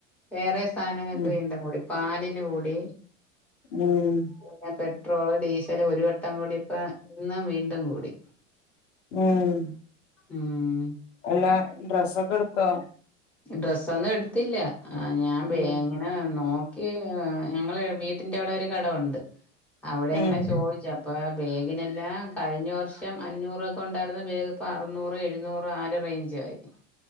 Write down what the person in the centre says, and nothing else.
വേറെ സാധനങ്ങക്ക്
വീണ്ടും കൂടി പാലിന് കൂടി
പിന്നെ പെട്രോള്, ഡീസല് ഒരു വട്ടം കൂടി ഇന്നും വീണ്ടും കൂടി
ഉം
ഡ്രസ്സൊന്നും എടുത്തില്ല ആ ഞാൻ ബേങ്ങണം
ആ നോക്കി ആ ഞങ്ങളെ വീട്ടിന്റെ അവിടെ ഒരു കടവുണ്ട് അവിടെ ഇങ്ങനെ
ചോയിച്ച് അ പ്പോ ബേഗിനെല്ലാം കഴിഞ്ഞ വർഷം അഞ്ഞൂറൊക്കെ ഉണ്ടായിരുന്ന ബേഗ് ഇപ്പോ അറുന്നൂറ് എഴുുന്നൂറ് ആ ഒരു റേ ഞ്ചായി